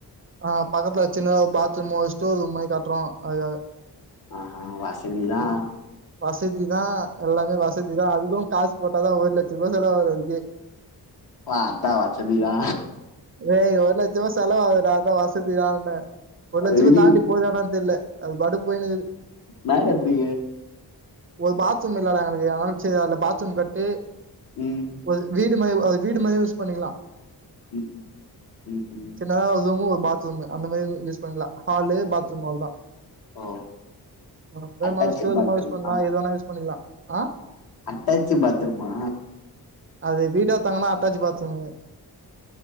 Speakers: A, on the right; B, on the left.
A: ஆ பக்கத்துல சின்னதா பாத்ரூமா ஸ்டோர் ரூம் மாரி கட்டுறோ அதுக்காக
B: ஆ ஹ வசதிதா
A: வசதிதா எல்லாமே வசதிதா அதுக்கு காசு போட்டாதா ஒரு லட்சம் ரூபாய் செலவாகதுகு அதுக்கே
B: வா அதா வச்சதுதா
A: ஏய் ஒரு லட்சமா செலவாககுது அதா வசதிதா ஒரு லட்ச
B: என்னா
A: தாண்டி போதானு தெர்ல அதுபாட்டு போய்னு இருக்கு
B: நய் எப்டி
A: ஒரு பாத்ரூம் இல்லடா எங்களுக்கு அனால செரி அதுல பாத்ரூம் கட்டு
B: ம்
A: ஒரு வீடு மா அது வீடு மாரி யூஸ் பண்ணிக்ளா
B: ம் ம் ம் ம்
A: மேல பாத்ரூம் அந்த மாரி யூஸ் பண்லா ஹால்லே பாத்ரூம் அவள்தா
B: ஓ
A: <unintelligible>
B: அட்டாச்டு பாத்ரூமா
A: யூஸ் பண்லா எப்பவேனா யூஸ் பண்ணிக்லா ஆ
B: அட்டாச்சி பாத்ரூமா
A: அது வீடா தங்கன்னா அட்டாச்சி பாத்ரூமு